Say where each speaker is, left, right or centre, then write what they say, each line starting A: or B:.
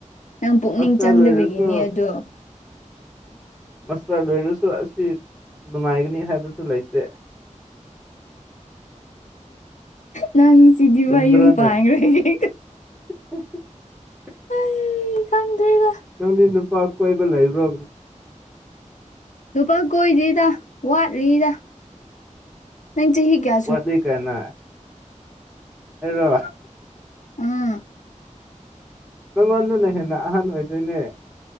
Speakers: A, on the left (about 70°); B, in the centre.
A: ꯅꯪ ꯄꯨꯛꯅꯤꯡ
B: ꯃꯁꯇꯔ
A: ꯆꯪꯗꯕꯤꯒꯤꯅꯦ
B: ꯂꯣꯏꯔꯁꯨ
A: ꯑꯗꯣ
B: ꯃꯁꯇꯔ ꯂꯣꯏꯔꯁꯨ ꯑꯁꯤ ꯅꯨꯡꯉꯥꯏꯒꯅꯤ ꯍꯥꯏꯕꯁꯨ ꯂꯩꯇꯦ
A: ꯅꯪ ꯆꯤꯗꯤꯕ
B: ꯆꯨꯝꯗ꯭ꯔꯣꯅꯦ
A: ꯌꯨꯝ ꯄꯥꯟꯈ꯭ꯔꯦꯁꯦ
B: <inaudible>
A: ꯑꯩ ꯈꯪꯗ꯭ꯔꯦꯗ
B: ꯅꯪꯗꯤ ꯅꯨꯄꯥ ꯀꯣꯏꯕ ꯂꯩꯕ꯭ꯔꯣ
A: ꯂꯨꯄꯥ ꯀꯣꯏꯗꯦꯗ ꯋꯥꯠꯂꯤꯗ ꯅꯪ ꯆꯍꯤ ꯀ꯭ꯌꯥ
B: ꯋꯥꯠꯂꯤ ꯀꯥꯏꯅ ꯑꯩꯔꯣ
A: ꯎꯝ
B: ꯅꯪꯉꯣꯟꯗꯨꯅ ꯍꯦꯟꯅ ꯑꯍꯟ ꯑꯣꯏꯗꯣꯏꯅꯦ